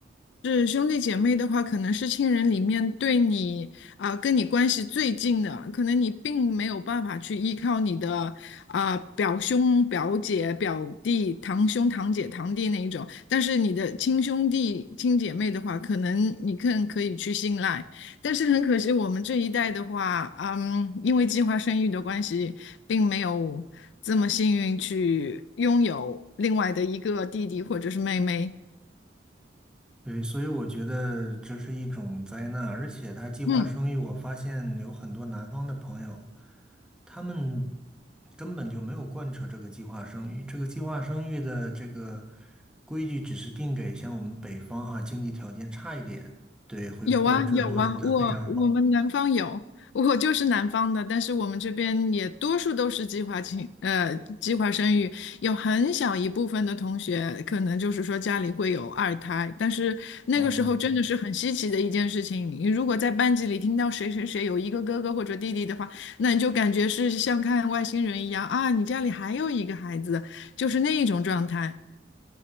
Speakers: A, on the left (about 75°); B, in the centre.
A: 是兄弟姐妹的话，可能是亲人里面对你啊、跟你关系最近的，可能你并没有办法去依靠你的啊、表兄、表姐、表弟、堂兄、堂姐、堂弟那一种，但是你的亲兄弟、亲姐妹的话，可能你更可以去信赖。但是很可惜，我们这一代的话，嗯，因为计划生育的关系，并没有这么幸运去拥有另外的一个弟弟或者是妹妹。
B: 对，所以我觉得这是一种灾难，而且他计划生育，
A: 嗯。
B: 我发现有很多南方的朋友，他们根本就没有贯彻这个计划生育。这个计划生育的这个规矩只是定给像我们北方哈，经济条件差一点，对，会贯彻落实的非常好。
A: 有啊有啊，我我们南方有，我就是南方的，但是我们这边也多数都是计划生呃计划生育，有很小一部分的同学可能就是说家里会有二胎，但是那个时候真的是很稀奇的一件事情。
B: 嗯，
A: 你如果在班级里听到谁谁谁有一个哥哥或者弟弟的话，那你就感觉是像看外星人一样啊，你家里还有一个孩子，就是那一种状态。